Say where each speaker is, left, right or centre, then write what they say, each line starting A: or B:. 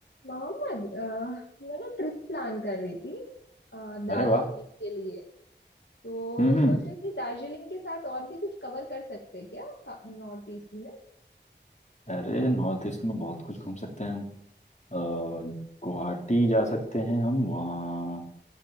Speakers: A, on the left (about 85°); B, on the left (about 40°).
A: मोहम्मद अ, मैं ना trip plan कर रही थी अ, दार्जिलिंग
B: अरे वाह
A: के लिए तो
B: हम्म
A: सोच रही थी दार्जिलिंग के साथ और भी कुछ कवर कर सकते हैं क्या नॉर्थ ईस्ट में
B: अरे नॉर्थ ईस्ट में बहुत कुछ घूम सकते हैं हम अ, गुवाहाटी जा सकते हैं हम वहाँ